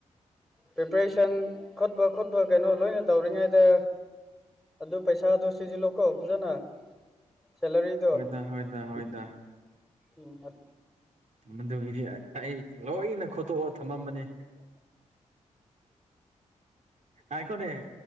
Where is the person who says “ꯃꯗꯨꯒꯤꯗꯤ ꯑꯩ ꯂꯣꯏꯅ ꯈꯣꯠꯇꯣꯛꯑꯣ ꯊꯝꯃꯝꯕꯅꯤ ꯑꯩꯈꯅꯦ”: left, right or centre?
Right